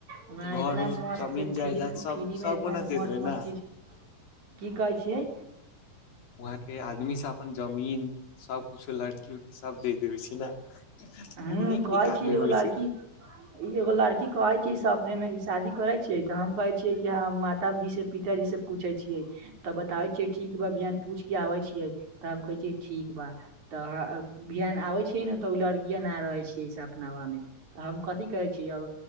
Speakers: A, on the right (about 55°); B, on the left (about 80°).
A: वहाँ
B: घर
A: इतना
B: उर
A: मस्त
B: जमीन जायदाद
A: फ्री फी
B: सब
A: फ्री
B: सब
A: मे इतना
B: कोना दे
A: मस्त-मस्त
B: देबै ने
A: चीज की कहै छियै?
B: वहाँ के आदमी सब अपन जमीन सब कुछो लड़की-उड़की सब दे देबे छै न खूब
A: हूँ
B: नीक-नीक
A: कहै
B: आदमी
A: छियै एगो
B: रहय
A: लड़की
B: छै।
A: ई एगो लड़की कहेै छै सपने मे की शादी करे छीयै तऽ हम कहै छियै कि हम माताजी से पिताजी से पूछै छियै। तब बताबै छियै ठीक बा अभी हम पूछ के आबै छियै तब कहै छै ठीक बा। तऽ ह <unintelligible> आबेै छियै न तऽ उ लड़ किए न रहै छै सपनावा मे तऽ हम कथी कहै छियै अब